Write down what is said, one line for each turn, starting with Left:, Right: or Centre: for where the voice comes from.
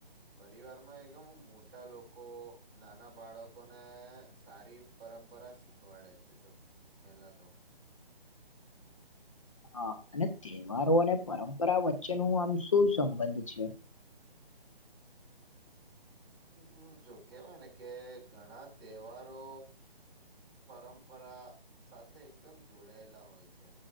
Right: પરિવાર માં એકમ મોટા લોકો નાના બાળકોને સારી પરંપરા શીખવાડે છે, જો પેલા તો.
Left: <inaudible> હા અને તહેવારો અને પરંપરા વચ્ચે નું આમ શું સંબંધ છે? <inaudible>
Right: મ જો કેહેવાય ને કે ઘણા તહેવારો પરંપરા સાથે એકદમ જોડાયેલા હોય છે.